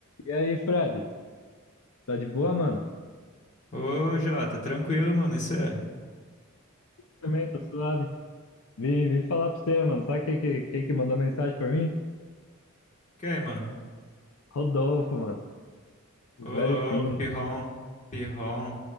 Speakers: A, on the left (about 75°); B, on the left (about 35°).
A: E aí, Fred? Tá de boa, mano?
B: Ô, Jota, tranquilo, mano. Isso é.
A: Também, tô suave. Vim, vim falar pra você, mano. Sabe quem que, quem que mandou mensagem pra mim?
B: Que aí, mano?
A: Rodolfo, mano. O
B: Ô,
A: Velho
B: louco,
A: Pim.
B: pirrom, pirrom,